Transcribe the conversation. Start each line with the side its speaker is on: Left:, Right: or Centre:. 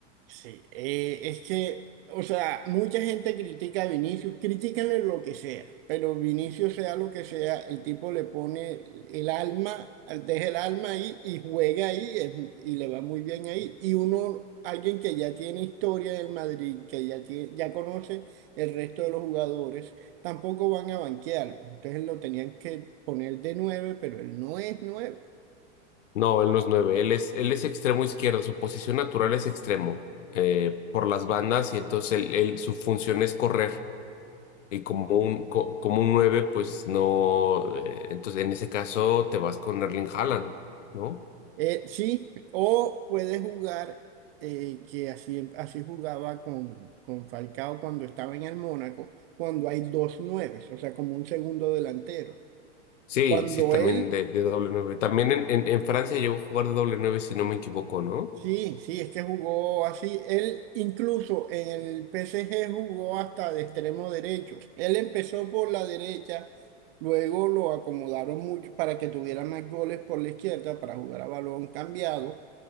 Right: Sí, eh, es que, o sea, mucha gente critica a Vinicius, critícanle lo que sea, pero Vinicius sea lo que sea, el tipo le pone el alma, deja el alma ahí y juega ahí es- y le va muy bien ahí. Y uno, alguien que ya tiene historia del Madrid, que ya tiene, ya conoce el resto de los jugadores, tampoco van a banquearlo. Entonces lo tenían que poner de nueve, pero él no es nueve.
Left: No, en los nueve. Él es, él es extremo izquierdo, su posición natural es extremo eh, por las bandas y entonces él, él- su función es correr. Y como un, co- como un nueve, pues no. eh, entonces en ese caso te vas con Erling Haaland, ¿no?
Right: Eh, sí, o puede jugar, eh, que así, así jugaba con, con Falcao cuando estaba en el Mónaco, cuando hay dos nueves, o sea, como un segundo delantero.
Left: Sí,
Right: Cuando
Left: sí, también
Right: él,
Left: de, de doble nueve. También en, en, en Francia llegó a jugar de doble nueve, si no me equivoco, ¿no?
Right: sí, sí, es que jugó así, él incluso en el PSG jugó hasta de extremo derecho. Él empezó por la derecha, luego lo acomodaron mucho para que tuviera más goles por la izquierda para jugar a balón cambiado.